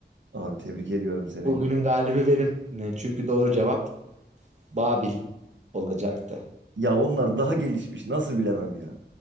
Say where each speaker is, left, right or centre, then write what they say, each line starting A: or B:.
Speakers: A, on the right; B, on the right.
A: Abi tebrik ediyorum seni.
B: Bugünün galibi benim. Ne- Çünkü doğru cevap Babil olacaktı.
A: Ya onlar daha gelişmiş. Nasıl bilemem ya?